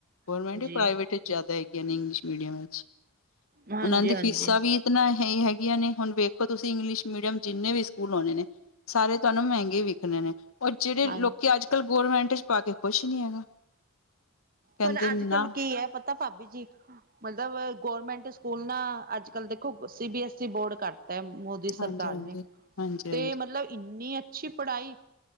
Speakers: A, on the left; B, on the right.
A: ਗੌਰਮੈਂਟ ਹੀ
B: ਹਾਂਜੀ
A: ਪ੍ਰਾਈਵੇਟ ਚ ਜ਼ਿਆਦਾ ਹੈਗੀਆਂ ਨੇ, ਇੰਗਲਿਸ਼ ਮੀਡੀਅਮ ਵਿੱਚ,
B: ਹਾਂਜੀ
A: ਉਹਨਾਂ ਦੀ ਫੀਸਾਂ ਵੀ ਹੈ ਹੀ ਹੈਗੀਆਂ ਨੇ, ਹੁਣ ਵੇਖੋ ਤੁਸੀਂ ਇੰਗਲਿਸ਼ ਮੀਡੀਅਮ ਜਿੰਨੇਂ ਵੀ ਸਕੂਲ ਆਉਣੇ ਨੇ ਸਾਰੇ ਤੁਹਾਨੂੰ ਮਹਿੰਗੇ ਹੀ ਵਿਖਣੇ ਨੇ। ਔਰ ਜਿਹੜੇ
B: ਹਾਂਜੀ
A: ਲੋਕੀ ਅੱਜ ਕੱਲ੍ਹ ਗੌਰਮੈਂਟ ਚ ਪਾ ਕੇ ਖੁਸ਼ ਨਹੀਂ ਹੈਗਾ। ਕਹਿੰਦੇ
B: ਪਰ
A: ਨਾ
B: ਅੱਜ ਕੱਲ ਕੀ ਐ, ਪਤਾ ਭਾਬੀ ਜੀ। ਮਤਲਬ ਗੌਰਮੈਂਟ ਸਕੂਲ ਨਾ ਅੱਜ ਕੱਲ ਦੇਖੋ, C B S E board ਕਰਦਾ ਐ, ਮੋ ਦੀ ਸਰਕਾਰ
A: ਹਾਂਜੀ ਹਾਂਜੀ
B: ਨੇ,
A: ਹਾਂਜੀ
B: ਤੇ
A: ਹਾਂਜੀ
B: ਮਤਲਬ ਇੰਨੀ ਅੱਛੀ ਪੜ੍ਹਾਈ,